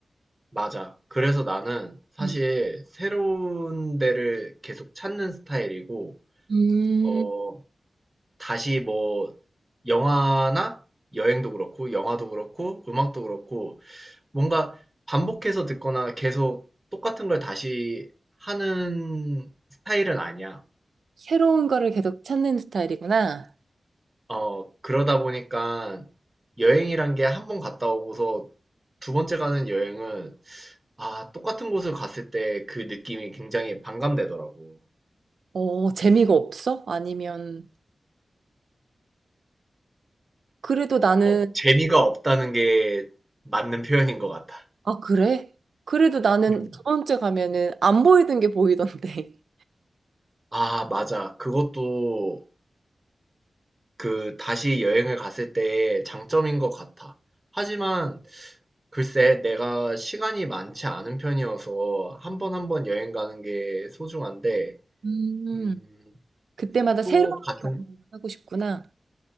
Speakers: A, on the right (about 15°); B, on the right (about 85°).
A: 맞아. 그래서 나는 사실
B: 음.
A: 새로운 데를 계속 찾는 스타일이고,
B: 음,
A: 어, 다시 뭐, 영화나 여행도 그렇고, 영화도 그렇고, 음악도 그렇고, 뭔가 반복해서 듣거나 계속 똑같은 걸 다시 하는 스타일은 아니야.
B: 새로운 거를 계속 찾는 스타일이구나.
A: 어, 그러다 보니까 여행이란 게 한 번 갔다 오고서 두 번째 가는 여행은, 아, 똑같은 곳을 갔을 때 그 느낌이 굉장히 반감되더라고.
B: 어, 재미가 없어? 아니면, 그래도 나는,
A: 어, 재미가 없다는 게 맞는 표현인 것 같아.
B: 아, 그래? 그래도 나는
A: 음.
B: 저번 주에 가면은 안 보이던 게 보이던데. <laughs>
A: 아, 맞아. 그것도 그 다시 여행을 갔을 때의 장점인 것 같아. 하지만 글쎄, 내가 시간이 많지 않은 편이어서 한번 한번 여행 가는 게 소중한데,
B: 음,
A: 음,
B: 그때마다 새로운
A: 또 같은,
B: 경험을 하고 싶구나.